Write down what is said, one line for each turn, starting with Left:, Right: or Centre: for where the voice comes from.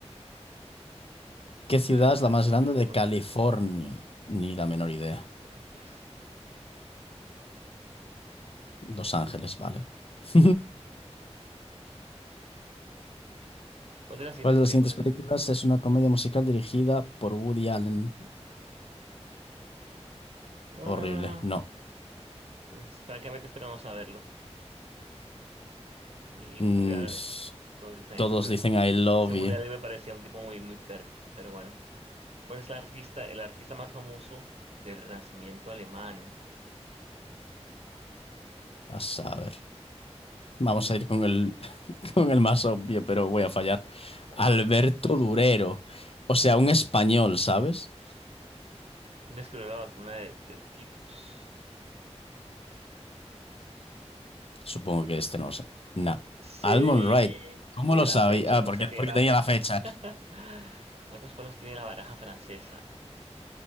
Left: ¿Qué
Right: ¿Qué ciudad
Left: ciudad
Right: es la más
Left: es la
Right: grande
Left: más grande
Right: de California?
Left: de California? Ni la menor idea.
Right: Bueno, pues.
Left: Los Ángeles, vale. <laughs>
Right: ¿Cuál de las siguientes
Left: ¿Cuál de
Right: películas?
Left: las siguientes películas es una comedia musical dirigida por Woody Allen?
Right: Ah,
Left: Horrible. No.
Right: es- francamente espero no saberlo. A mí,
Left: Mm,
Right: Woody,
Left: s-
Right: Todos dicen
Left: todos
Right: I love you.
Left: dicen I love
Right: Este Woody
Left: you.
Right: Allen me parecía un tipo muy, muy perro, pero bueno. ¿Cuál es el artista, el artista más famoso del Renacimiento alemán?
Left: A saber. Vamos a ir con el, <laughs> con el más obvio, pero voy a fallar.
Right: ¿No?
Left: Alberto Durero. O sea, un español, ¿sabes?
Right: ¿Quién descubrió la vacuna de- del tifus?
Left: Supongo que este no lo sé. Nah.
Right: Sí.
Left: Almond Wright. ¿Cómo
Right: Tiene
Left: lo
Right: la
Left: sabía?
Right: fecha,
Left: Ah,
Right: no
Left: porque,
Right: sé, tiene
Left: porque
Right: la
Left: tenía
Right: fecha.
Left: la fecha.
Right: <gasps> ¿Cuántos palos tiene la baraja francesa?